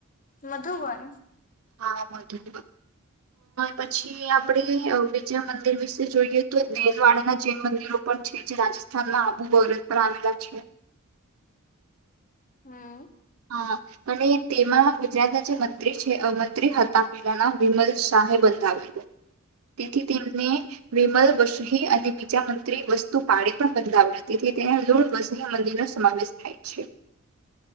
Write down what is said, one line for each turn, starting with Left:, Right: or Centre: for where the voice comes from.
Left: મધુબન
Right: હા વધ પછી આપણે વિજય મંદિર વિશે જોઈએ તો દેલવાડાના જૈન મંદિરો પણ છે જે રાજસ્થાનમાં આબુ બરત પર આવેલા છે.
Left: હમ <unintelligible>
Right: હ અને તેમાં ગુજરાતના જે મંત્રી છે મંત્રી હતા પહેલાના વિમલ શાહે બંધાવેલ તેથી તેમને વિમલ વસહી અને બીજા મંત્રી વસ્તુપળે પણ બંધાવ્યો તેથી તેને લૂણ વસહી મંદિરનો સમાવેશ થાય છે.